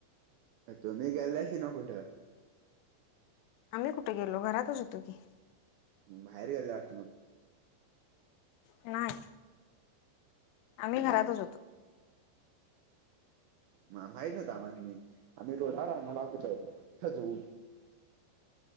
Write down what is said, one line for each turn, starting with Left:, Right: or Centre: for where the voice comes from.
Right: तुम्ही गेल्याशी ना कुठं.
Left: आम्ही कुठे गेलो घरातच होतो की.
Right: बाहेर गेले जाख मग.
Left: नाही. आम्ही घरातच
Right: ह
Left: होतो.
Right: माहित ना आम्हांनी, आम्ही रोडार आमला पाहि सजव.